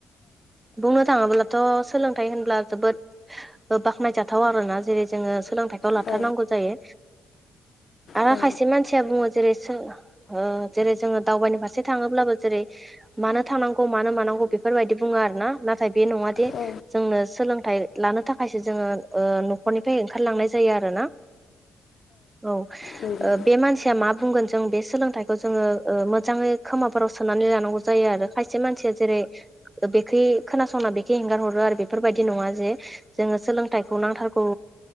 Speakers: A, on the right (about 20°); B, on the left (about 60°).
A: बुंनो थाङोब्ला थ' सोलोंथाइ होनब्ला जोबोद बाख्नाय जाथाव आरोना जेरै जोङो सोलोंथाइखौ लाथारनांगौ
B: औ
A: जायो आरो
B: औ
A: खायसे मानसिया बुङो जेरै ओ जेरै जोङो दावबायनो फारसे थाङोब्लाबो जेरै मानो थांनांगौ मानो मानांगौ बे बेफोरबायदि बुङो आरो ना नाथाय बे नङा दि
B: औ
A: जोंनो सोलोंथाइ लानो थाखायसो जोङो ओ न'खरनिफ्राय ओंखारलांनाय जायो आरो ना औ
B: नंगौ
A: ओ बे मानसिया मा बुंगोन जों बे सोलोंथाइखौ जोङो ओ मोजाङै खोमाफोराव सोनानै लानांगौ जायो आरो खायसे मानसिया जेरै बेखै खोनासंना बेखै एंगार हरो आरो बेफोरबायदि नङा जे जोङो सोलोंथाइखौ नांथारगौ